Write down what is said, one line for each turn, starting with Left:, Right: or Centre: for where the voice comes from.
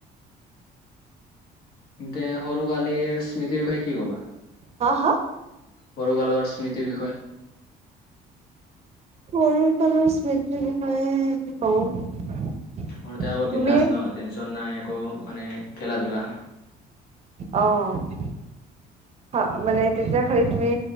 Left: <unintelligible> সৰু কালি স্মৃতি ভাই কি কবা?
Right: হাঁ, হাঁ?
Left: সৰু কালৰ স্মৃতিৰ বিষয়ে
Right: সৰু কালৰ স্মৃতিৰ বিষয়ে কি কওঁ?
Left: মোৰ এতিয়া আকৌ
Right: তুমি
Left: বিন্দাছ ন' টেনচন নাই, একো মানে খেলা ধূলা
Right: অ', হ' মানে তেতিয়া খালি তুমি